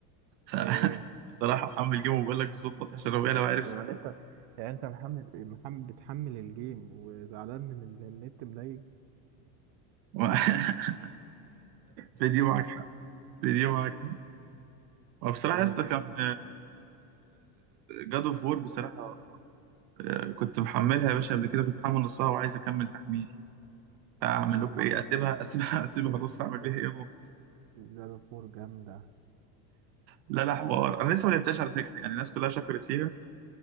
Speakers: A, on the right; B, on the right.
A: ف-
B: إيه
A: بصراحه محمل جيم وبقول لك بصوت واطي عشان ربنا لو انا بعرف
B: طب يعني انت يعني انت محمل محمل بتحمل الجيم وزعلان من ال- النت مضايق
A: <laughs> في دي معاك حق في دي معاك حق وبصراحه
B: ايه
A: يا اسطى
B: بتحمل
A: كان جاد اوف وور بصراحه آه، كنت محملها يا باشا قبل كده كنت محمل نصها وعايز اكمل تحميل اعمل
B: اه
A: لكم ايه اسيبها اسيبها اسيبها نص اعمل بيها
B: اوف
A: ايه نص
B: زاد فور جامدة
A: لا لا حوار انا لسه ما لعبتهاش على فكره يعني الناس كلها شكرت فيها